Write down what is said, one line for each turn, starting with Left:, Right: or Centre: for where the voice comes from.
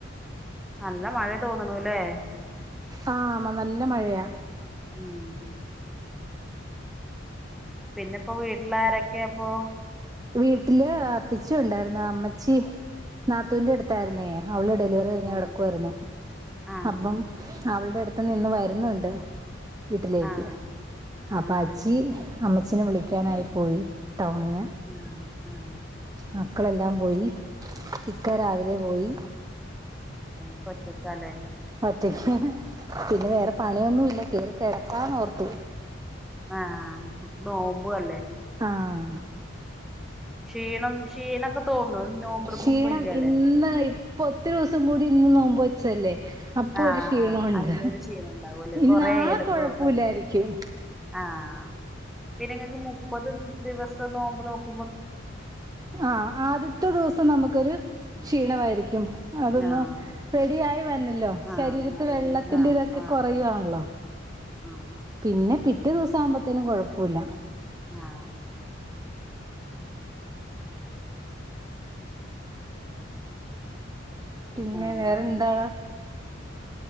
Centre: നല്ല മഴെ തോന്നണു ല്ലേ
Right: ആ നല്ല മഴയാ
Centre: ഉം പിന്നെപ്പോ വീട്ടിലാരൊക്കെപ്പൊ
Right: വീട്ടില് അത്തിച്ചി ഉണ്ടായിരുന്നു അമ്മച്ചി നാത്തൂന്റെ അടുത്തായിരുന്നെ അവൾ ഡെലിവറി കഴിഞ്
Centre: ഉം
Right: കിടക്കുവായിരുന്നു.
Centre: ആഹ്
Right: അപ്പം അവളുടെ അട് ത്ത് നിന്ന് വരുന്നുണ്ട് വീട്ടിലേക്ക്.
Centre: ആഹ്
Right: അപ്പൊ
Centre: ആഹ്
Right: അച്ചി അമ്മച്ചിനെ വിളിക്കാനായി പോയി ടൗണിന്
Centre: ആഹ്. ആഹ്
Right: മക്കളെല്ലാം പോയി. ഇക്ക രാവിലെ പോയി.
Centre: ഇപ്പം ഒറ്റക്കാ ലെ
Right: ഒറ്റയ്ക്ക് പിന്നെ വേറെ പണിയൊന്നും ഇല്ല. കേറി കെടക്കാന്ന് ഓർത്തു.
Centre: ആഹ് നോമ്പു അല്ലേ.
Right: ആഹ്
Centre: ക്ഷീണം ക്ഷീണൊക്കെ തോന്നോ നോമ്പെടുക്കുമ്പോ
Right: ക്ഷീണം
Centre: ഇല്ലല്ലേ
Right: ഇന്ന് ഇപ്പൊ ഒത്തിരി ദിവസം കൂടി ഇന്ന് നോമ്പ് വെച്ചല്ലേ അപ്പൊ
Centre: ആഹ്
Right: ഒരു ക്ഷീണൊണ്ട്.
Centre: ആഹ് അയിനൊരു ക്ഷീണം ഉണ്ടാവൂല്ലേ
Right: ഇനി
Centre: കൊറേ
Right: നാളെ
Centre: ആയല്ലോ ഇപ്പൊ
Right: കൊഴപ്പവില്ലായിരിക്കും
Centre: കഴിഞ്ഞ് ആഹ് പിന്നെ ഇങ്ങക്ക് മുപ്പത് ദിവസം നോമ്പ് നോക്കു
Right: ആഹ് ആദ്യത്തെ ദിവസം നമുക്കൊരു ക്ഷീണമായിരിക്കും അതൊന്ന്
Centre: ആഹ്
Right: റെഡിയായി വര്നല്ലോ.
Centre: ആഹ്
Right: ശരീരത്തി
Centre: ആറടി
Right: വെള്ളത്തിന്റെ
Centre: ആഹ്
Right: ഇതൊക്കെ
Centre: ആഹ്
Right: കുറയുവാണല്ലോ
Centre: ആഹ്
Right: പിന്നെ പിറ്റേ ദിവസം ആവുമ്പത്തിനും കുഴപ്പവില്ല
Centre: ആഹ്
Right: പിന്നെ
Centre: ആഹ്
Right: വേറെ എന്താണ്